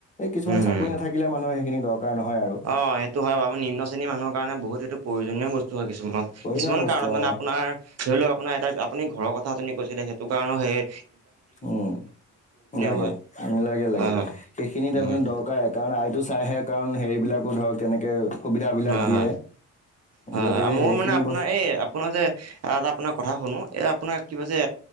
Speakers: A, on the left (about 25°); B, on the right (about 55°).
A: এই কিছুমান
B: উম,
A: চাকৰি
B: উম,
A: নাথাকিলে মানুহৰ সেইখিনি দৰকাৰ নহয় আৰু।
B: অ সেইটো হয় বাৰু নিম্ন শ্ৰেণীৰ মানুহৰ কাৰণে বহুত সেইটো প্ৰয়োজনীয় বস্তু হয় কিছুমানত।
A: প্ৰয়োজনীয়
B: কিছুমান
A: বস্তু
B: কাৰণত
A: অ
B: মানে আপোনাৰ ধৰি লওঁক আপোনাৰ এ আপুনি ঘৰৰ কথা শুনি কৈছিলে সেইটো কাৰণেও সে-
A: উম লাগে
B: হয়,
A: উ লাগে লাগে
B: হয়, হয়,
A: সেইখিনি তাৰ
B: উম,
A: মানে দৰকাৰ এক কাৰণ আইটো চাইহে কাৰণ হেৰি বিলাকো ধৰক তেনেকে সুবিধা বিলাক
B: হয়,
A: দিয়ে।
B: হয়। হয়
A: গতিকে
B: হয় ময়ো
A: সেইখিনি
B: মানে আপোনাৰ
A: বস্ত-
B: এই আপোনাৰ যে আপোনাৰ কথা শুনো এ আপোনাৰ কিবা যে